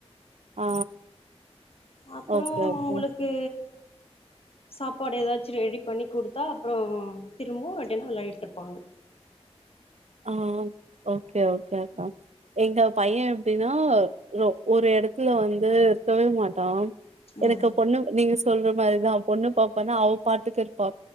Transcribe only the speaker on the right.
ஆ
ஓகே ஓகே
ஆ ஓகே ஓகே அக்கா எங்க பைய எப்டின்னா ஒரு எடத்துல வந்து இருக்கவே மாட்டோம்
எனக்கு பொண்ணு நீங்க சொல்ற மாதிரிதா ஒண்ணு பாப்பானா அவ பாத்துக்க இருப்பா